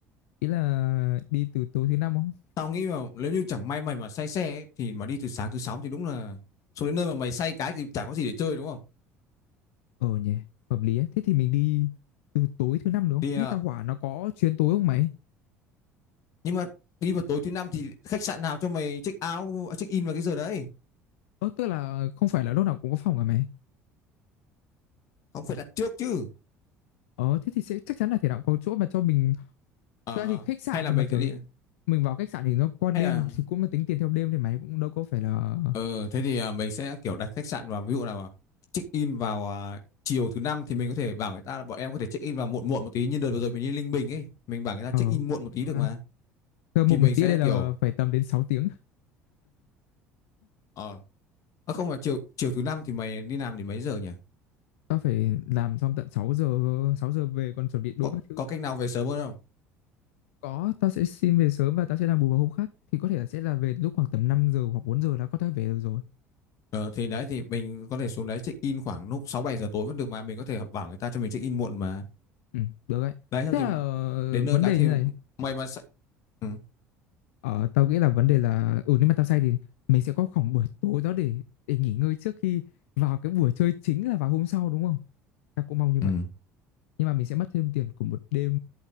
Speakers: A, on the left (about 65°); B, on the left (about 45°).
A: ý là đi từ tối thứ năm không
B: Tao nghĩ mà nếu như chẳng may mày mà say xe ấy, thì mà đi từ sáng thứ sáu thì đúng là xuống đến nơi mà mày say cái thì chả có gì để chơi đúng không?
A: ờ nhỉ hợp lý ấy. thế thì mình đi từ tối thứ năm được không
B: Thì
A: nghe
B: à,
A: tao hỏa nó có chuyến tối không mày
B: nhưng mà đi vào tối thứ năm thì khách sạn nào cho mày check out, à, check in vào cái giờ đấy?
A: ờ tức là không phải là lúc nào cũng có phòng hả mày
B: Không phải đặt trước chứ.
A: ờ thế thì sẽ chắc chắn là thể nào cũng có chỗ mà cho mình
B: Ờ,
A: Thật ra thì khách sạn
B: hay là
A: thì
B: mình
A: mà kiểu
B: sẽ đi
A: mình vào khách sạn thì nó qua đêm
B: hay là
A: thì cũng là tính tiền theo đêm thì mày cũng đâu có phải là
B: ờ thế thì à, mình sẽ kiểu đặt khách sạn vào ví dụ nào mà check in vào à, chiều thứ năm thì mình có thể bảo người ta là bọn em có thể check in vào muộn muộn một tí như đợt vừa rồi mình đi Linh Bình ấy, mình bảo người ta
A: ờ
B: check in muộn
A: cũng
B: một
A: được
B: tí được
A: ha.
B: mà.
A: Cơ một
B: Thì mình
A: một tí
B: sẽ
A: ở đây
B: kiểu
A: là phải tầm đến 6 tiếng.
B: ờ à, không mà chiều chiều thứ năm thì mày đi làm thì mấy giờ nhỉ?
A: Tao phải làm xong tận sáu giờ 6 giờ về còn chuẩn bị đồ
B: có
A: các thứ.
B: có cách nào về sớm hơn không
A: Có tao sẽ xin về sớm và tao sẽ làm bù vào hôm khác thì có thể là sẽ là về lúc khoảng tầm 5 giờ hoặc 4 giờ đã có thể về được rồi.
B: ờ, thì đấy thì mình có thể xuống đấy check in khoảng lúc sáu bảy giờ tối vẫn được mà mình có thể bảo người ta cho mình check in muộn mà
A: Ừ, được đấy.
B: đấy xong
A: Thế
B: thì
A: là
B: đến nơi
A: vấn
B: cái
A: đề
B: thì
A: như này
B: mày mà sẽ ừ.
A: Ờ, tao nghĩ là vấn đề là ừ nếu mà tao say thì mình sẽ có khoảng buổi tối đó để để nghỉ ngơi trước khi vào cái buổi chơi chính là vào hôm sau đúng không? Tao cũng mong như vậy.
B: Ừ.
A: Nhưng mà mình sẽ mất thêm tiền của một đêm